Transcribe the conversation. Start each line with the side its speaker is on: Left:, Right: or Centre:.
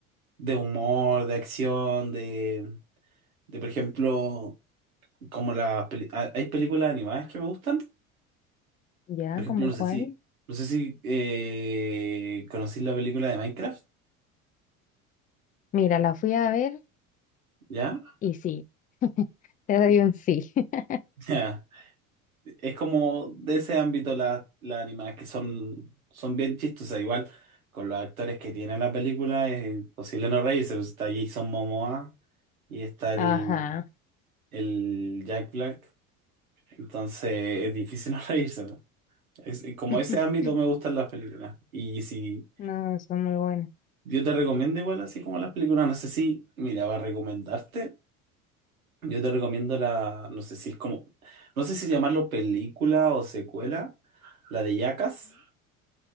Right: de humor, de acción, de, de por ejemplo... como las peli- ha- hay películas animadas que me gustan.
Left: ya,
Right: Por ejemplo,
Left: ¿cómo
Right: no
Left: cuál?
Right: sé si, no sé si eh, conocí la película de Minecraft,
Left: Mira, la fui a ver
Right: ¿ya?
Left: y sí, <laughs> te
Right: <laughs>
Left: doy un sí. <laughs>
Right: Ya. Es como de ese ámbito las las animadas que son, son bien chistosas. Igual con los actores que tiene la película es imposible no reírse. pues, Está Jason Momoa y está el,
Left: Ajá.
Right: el Jack Black. Entonces es difícil <laughs> no reírse. ¿no? Es-
Left: <laughs>
Right: como ese ámbito me gustan las películas. Y si
Left: No, son muy buenas.
Right: Yo te recomiendo igual, así como las películas, no sé si, mira, va a recomendarte. Yo te recomiendo la, no sé si es como, no sé si llamarlo película o secuela, la de Yacas.